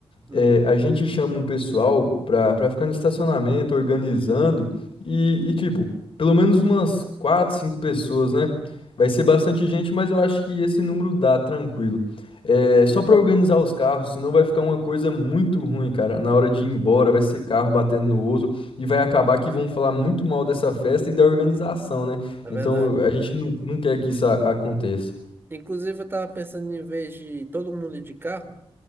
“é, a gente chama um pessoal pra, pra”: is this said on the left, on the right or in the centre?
Left